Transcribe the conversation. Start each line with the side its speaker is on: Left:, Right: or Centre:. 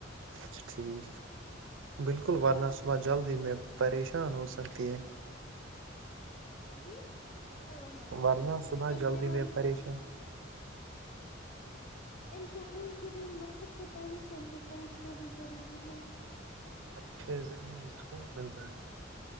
Right: چ ٹھیک بالکل ورنہ صبح جلدی میں پریشان ہو سکتی ہے
Left: جی ہاں ہاں
Right: ورنہ صبح
Left: امتحان
Right: جلدی میں پریشان
Left: امتحان کے دن وقت سے پہلے سینٹر پہنچنا بھی ضروری ہے
Right: ای سے ذہنی سکون ملتا ہے